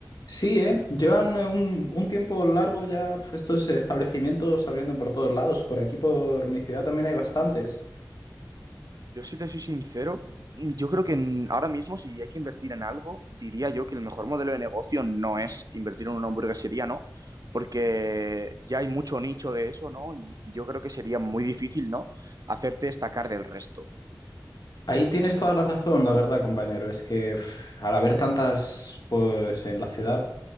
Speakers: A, on the left; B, on the right.
A: Sí, ¿eh? Llevan eh, un, un tiempo largo ya pues, estos establecimientos abriendo por todos lados. Por aquí, por mi ciudad, también hay bastantes.
B: Yo si te soy sincero, yo creo que en- ahora mismo si hay que invertir en algo, diría yo que el mejor modelo de negocio no es invertir en una hamburguesería, ¿no? Porque ya hay mucho nicho de eso, ¿no? Y, y yo creo que sería muy difícil, ¿no? Hacerte destacar del resto.
A: Ahí tienes toda la razón, la verdad, compañero. Es que uf, al haber tantas, pues, en la ciudad,